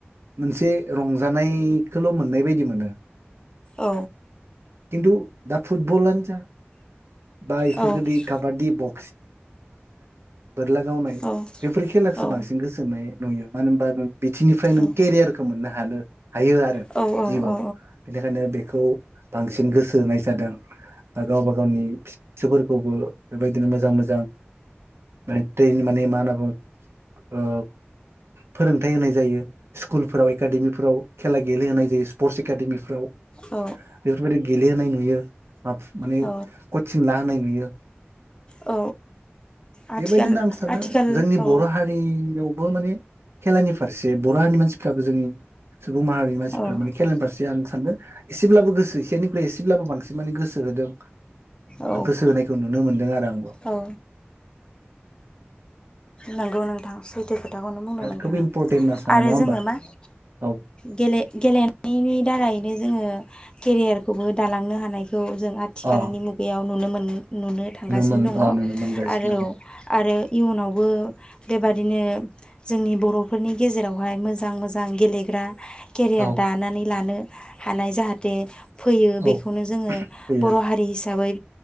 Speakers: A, on the right; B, on the left.
A: मोनसे रंजानायखौल मोननाय बायदि मोनो
B: औ
A: खिन्टु दा फुटबलानो जा दा एफोरबायदि
B: औ
A: काबिदि <unintelligible> बोरला गावनाय
B: औ
A: बेफोर खेलाखौसो
B: औ
A: बांसिन गोसोमै नुयो मानो होमबा <unintelligible> बिथिंनिफ्रायनो
B: औ
A: केरियारखौ मोननो हानो हायो आरो
B: औ औ
A: जिउआव
B: औ
A: बेनिखायनो बेखौ बांसिन गोसो होनाय जादों। गावबा गावनि फिसा फिसौफोरखौबो बेबायदिनो मोजां मोजां माने एकदम माने मा होनना बुङो फोरोंथाइ होनाय जायो स्कुलफोराव एकादेमिफोराव खेला गेलेहोनाय जायो स्पर्टस एकादेमिफ्राव
B: औ
A: बेफोरबायदि गेलेहोनाय नुयो बेयो माने
B: औ
A: कचिं लाहोनाय नुयो <inaudible>
B: औ आथिखाल
A: बेबायदिनो आं सानो
B: आथिखाल
A: जोंनि
B: औ
A: बर' हारियावबो माने खेलानि फारसे बर' हारिनि मानसिफ्राबो जोंनि सुबुं माहारिनि मानसिफ्रा
B: औ
A: माने खेलानि फारसे आं सानो एसेब्लाबो गोसो एसोरनिफ्राय एसेब्लाबो बांसिनै माने गोसो होदों।
B: औ
A: गोसो होनायखौ नुनो मोनदों आरो आं। <inaudible>
B: औ नंगौ नोंथां सैथो खोथाखौनो बुंदों नोंथाङा
A: खोब इम्परटेन्ट होनना सानो
B: आरो
A: नङा होमबा
B: जोङो मा
A: औ
B: गेले- गेलेनायनि दारैनो जोङो केरियारखौबो दालांनो हानाय खौ जों आथिखालनि
A: अ
B: मुगायाव नुनो मोन नुनो थांगासिनो।
A: मोन
B: दङ
A: अ नुनो मोनगासिनो
B: आरोऔ
A: दङ
B: आरो इयुनावबो बेबादिनो जोंनि बर'फोरनि गेजेरावहाय मोजां मोजां गेलेग्रा केरियार
A: औ
B: दानानै लानो हानाय जाहाथे फैयो
A: औ
B: बेखौनो जोङो
A: फैयो
B: बर' हारि हिसाबै